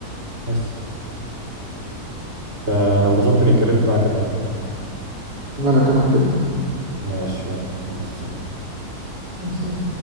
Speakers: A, on the right; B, on the right.
A: بس انا انبسطت اني اتكلمت معاك النهارده
B: وأنا كمان جدا
A: ماشي يلا مع السلامه
B: بس